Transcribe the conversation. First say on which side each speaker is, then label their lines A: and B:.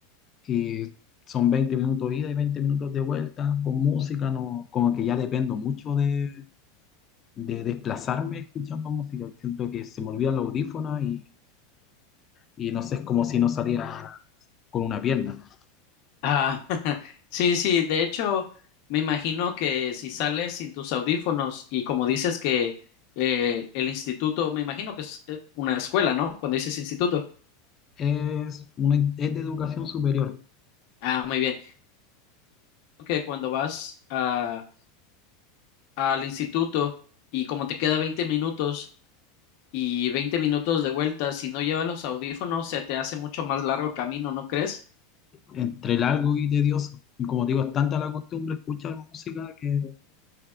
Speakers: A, on the left; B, on the left.
A: y son 20 minutos ida y 20 minutos de vuelta con música, no, como que ya dependo mucho de, de desplazarme escuchando música. Siento que se me olvidan los audífonos y, y no sé, es como si no saliera con una pierna.
B: Ah, <laughs> sí, sí, de hecho, me imagino que si sales sin tus audífonos y como dices que eh, el instituto, me imagino que es eh, una escuela, ¿no? Cuando dices instituto.
A: Es, una, es de educación superior,
B: Ah, muy bien. Creo Que cuando vas a, al instituto y como te queda 20 minutos y 20 minutos de vuelta. Si no llevas los audífonos, se te hace mucho más largo el camino, ¿no crees?
A: entre largo y tedioso. Y como te digo, es tanta la costumbre escuchar música que